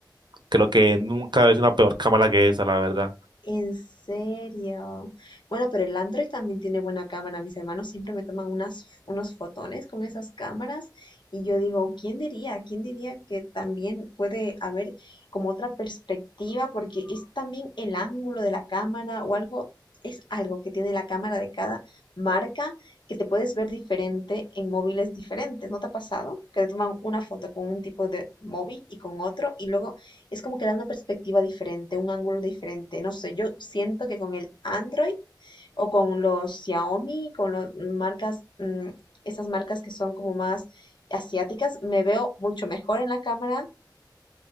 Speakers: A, on the right (about 75°); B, on the left (about 80°).
A: creo que nunca es una peor cámara que esa, la verdad.
B: En serio. Bueno, pero el Android también tiene buena cámara. Mis hermanos siempre me toman unas, unos fotones con esas cámaras y yo digo, ¿quién diría? ¿Quién diría que también puede haber como otra perspectiva? Porque es también el ángulo de la cámara o algo, es algo que tiene la cámara de cada marca que te puedes ver diferente en móviles diferentes. ¿No te ha pasado? Que te toman una foto con un tipo de móvil y con otro y luego es como que da una perspectiva diferente, un ángulo diferente. No sé, yo siento que con el Android o con los Xiaomi, con las marcas, mm, esas marcas que son como más asiáticas, me veo mucho mejor en la cámara